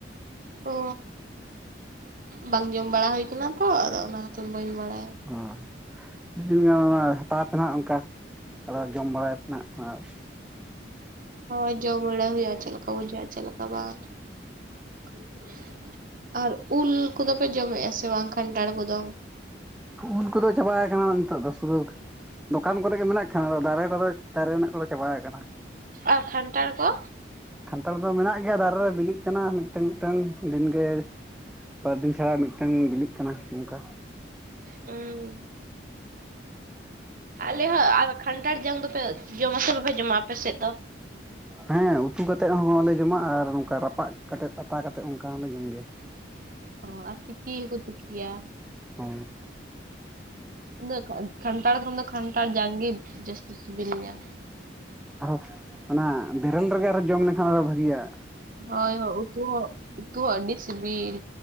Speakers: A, on the right; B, in the centre.
A: ᱚ ᱵᱟᱝ ᱡᱚᱢ ᱵᱟᱲᱟ ᱦᱩᱭ ᱠᱟᱱᱟ ᱛᱚ ᱟᱫᱚ ᱚᱱᱟ ᱠᱷᱟᱛᱤᱨ ᱵᱟᱹᱧ ᱵᱟᱲᱟᱭ ᱾
B: ᱚ ᱢᱤᱫ ᱫᱤᱱ ᱜᱟᱱ ᱚᱱᱟ ᱦᱟᱛᱟᱣ ᱛᱮᱱᱟᱜ ᱚᱱᱠᱟ ᱟᱫᱚ ᱡᱚᱢ ᱵᱟᱲᱟᱭᱯᱮ ᱱᱟᱱᱟᱜ ᱟᱨ
A: ᱦᱳᱭ ᱡᱚᱢ ᱵᱟᱲᱟ ᱦᱩᱭᱩᱜᱼᱟ ᱪᱮᱫ ᱞᱮᱠᱟ ᱵᱩᱡᱷᱟᱹᱜᱼᱟ ᱪᱮᱫ ᱞᱮᱠᱟ ᱵᱟᱝ ᱾ ᱟᱨ ᱩᱞ ᱠᱚᱫᱚ ᱯᱮ ᱡᱚᱢᱮᱫᱼᱟ ᱥᱮ ᱵᱟᱝ ᱠᱷᱟᱱᱴᱟᱲ ᱠᱚᱫᱚ?
B: ᱩᱞ ᱠᱚᱫᱚ ᱪᱟᱵᱟᱭ ᱠᱟᱱᱟ ᱱᱤᱛᱚᱜ ᱫᱚ ᱥᱩᱫᱩ ᱫᱚᱠᱟᱱ ᱠᱚᱨᱮ ᱜᱮ ᱢᱮᱱᱟᱜ ᱠᱷᱟᱱ ᱟᱫᱚ ᱫᱟᱨᱮ ᱠᱚᱫᱚ ᱫᱟᱨᱮ ᱨᱮᱱᱟᱜ ᱠᱚᱫᱚ ᱪᱟᱵᱟ ᱟᱠᱟᱱᱟ ᱾
A: ᱟᱨ ᱠᱷᱟᱱᱴᱟᱨ ᱠᱚ
B: ᱠᱟᱱᱟᱱᱴᱲ ᱫᱚ ᱢᱮᱱᱟᱜ ᱜᱮᱭᱟ ᱫᱟᱨᱮ ᱨᱮ ᱵᱤᱞᱤᱜ ᱠᱟᱱᱟ ᱢᱤᱫᱴᱟᱝ ᱢᱤᱫᱴᱟᱝ ᱫᱤᱱᱜᱮ ᱵᱟᱨ ᱫᱤᱱ ᱪᱷᱟᱲᱟ ᱢᱤᱫᱴᱟᱝ ᱵᱤᱞᱤᱜ ᱠᱟᱱᱟ ᱱᱚᱝᱠᱟ
A: ᱦᱩᱸ ᱟᱞᱮ ᱦᱚᱸ ᱟᱨ ᱠᱷᱟᱱᱴᱷᱟᱲ ᱡᱟᱝ ᱫᱚᱯᱮ ᱡᱚᱢ ᱟᱯᱮ ᱥᱮ ᱵᱟᱯᱮ ᱡᱚᱢᱟ ᱟᱯᱮ ᱥᱮᱫ ᱫᱚ
B: ᱦᱮᱸ ᱩᱛᱩ ᱠᱟ ᱠᱟᱛᱮᱫ ᱦᱚᱸᱞᱮ ᱡᱚᱢᱟ ᱟᱨ ᱱᱚᱝᱠᱟ ᱨᱟᱯᱟᱜ ᱠᱟᱛᱮᱮᱫ ᱟᱛᱟ ᱠᱟᱛᱮᱫ ᱚᱱᱠᱟ ᱦᱚᱸᱞᱮ ᱡᱚᱢ ᱜᱮᱭᱟ
A: ᱚ ᱟᱨ ᱛᱤᱠᱤ ᱦᱚᱸᱠᱚ ᱛᱤᱠᱤᱭᱟ
B: ᱚ
A: ᱚ ᱤᱫᱚ ᱠᱷᱟᱱᱛᱷᱟᱲ ᱠᱷᱚᱱ ᱫᱚ ᱠᱷᱟᱱᱛᱷᱟᱲ ᱡᱟᱝᱜᱮ ᱡᱟᱹᱥᱛᱤ ᱥᱤᱵᱤᱞᱤᱧᱟᱹ
B: ᱟᱨᱦᱚᱸ ᱚᱱᱟ ᱵᱮᱨᱮᱞ ᱨᱮᱜᱮ ᱟᱨᱚ ᱡᱚᱢ ᱞᱮᱠᱷᱟᱱ ᱟᱨᱚ ᱵᱷᱟᱜᱟᱜ
A: ᱦᱳᱭ ᱦᱳᱭ ᱩᱛᱩ ᱦᱚᱸ ᱩᱛᱩ ᱦᱚᱸ ᱟᱹᱰᱤ ᱥᱤᱵᱤᱞ